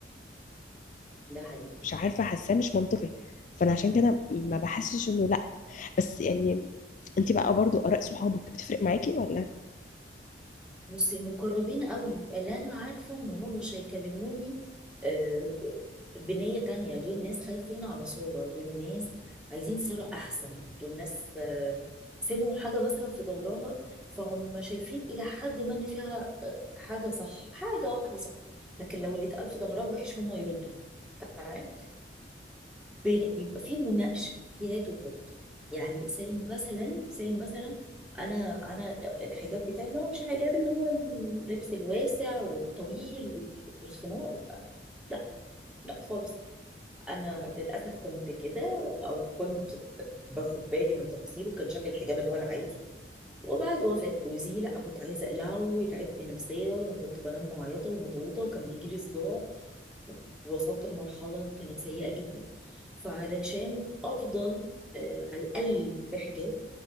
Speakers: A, in the centre; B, on the left (about 45°).
A: ده حقيقي
B: مش عارفه حاساه مش منطقي فانا عشان كده ما بحسش انه لا بس يعني انت بقى برضو اراء صحابك بتفرق معاكي ولا
A: بصي مقربين قوي اللي انا عارفه ان هم مش هيكلموني آه، ب- بنيه تانية دول ناس خايفين على صوره دول ناس عايزين صوره احسن دول ناس آه، سمعوا حاجه مثلا في ظهرها فهم شايفين الى حد ما ان فيها حاجه صح حاجه واحده صح لكن لو اللي اتقال في ظهرها وحش هم يردوا تمام بين- بيبقى فيه مناقشه في هات وخد يعني زي مثلا زي مثلا انا انا الحجاب بتاعي اللي هو مش الحجاب اللي هو اللبس الواسع والطويل وال- والخمار لا لا خالص انا للاسف كنت كده او كنت باخد بالي من تقصيري وكان شكل الحجاب اللي هو العادي وبعد وفاة جوزي لا كنت عايزه اقلعه وتعبت نفسيا وكنت بنام معيطه ومضغوطه وكان بيجي لي صداع وصلت لمرحلة كانت سيئة جدا فعلشان أفضل آه، على الأقل بحجاب